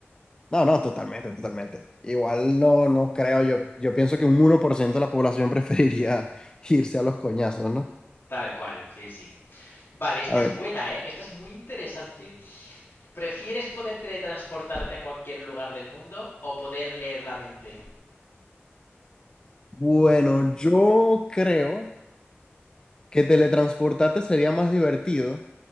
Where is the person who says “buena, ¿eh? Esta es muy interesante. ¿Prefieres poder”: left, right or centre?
Left